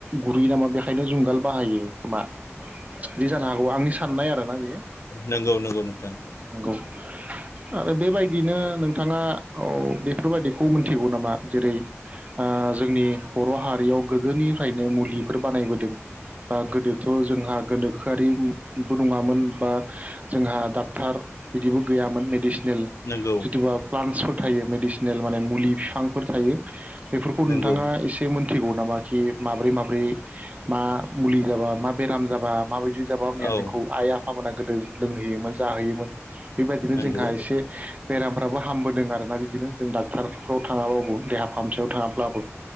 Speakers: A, on the right; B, on the left.
A: गुरैय नामा बेखायनो जुंगाल बाहायो खोमा बिदि जानो हागौ आंनि साननाय आरोना बेयो
B: नंगौ नंगौ नोंथां
A: नंगौ। आरो बेबायदिनो नोंथाङा औ बेफोरबायदिखौ मोनथिगौ नामा जेरै जोंनि बर' हारियाव गोदोनिफ्रायनो मुलिफोर बानायबोदों बा गोदोथ' जोंहा गोनोखोआरिबो नङामोन बा जोंहा डाक्टार बिदिबो गैयामोन मेडिसिनेल
B: नंगौ
A: जिथुबा प्लान्ट थायो मेडिसिनेल माने मुलि बिफांफोर थायो बेफोरखौ
B: नंगौ
A: नोंथाङा एसे मोनथिगौ नामा खि माब्रै माब्रै मा मुलि जाबा मा बेराम जाबा माबायदि जाबा
B: औ
A: जोंखौ आइ आफामोना गोदो लोंहैयोमोन जाहोयोमोन। बेबायदिनो
B: नंगौ
A: जोंहा एसे बेरामफ्राबो हामो। आरोना बिदिनो जों डाक्टारफ्राव थाङाबाबो देहा फाहामसालियाव थाङाब्लाबो